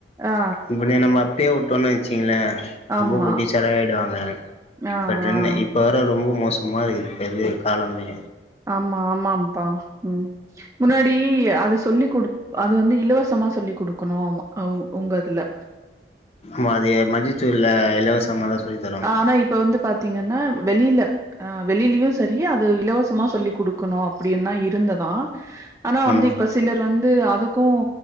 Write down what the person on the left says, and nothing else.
இவன நம்ம அப்டியே விட்டோன வை சீங்கள
ரொம்ப குட்டிச் <unintelligible> வாங்க
இப்ப சென்னை
இப்ப வற ரொம்ப மோசமா இருக்கு பெரிய காலமே
மாது மஜ்ஜி <unintelligible> சுல இலவசமாதா சொல்லி தருவாங்க
ஆமா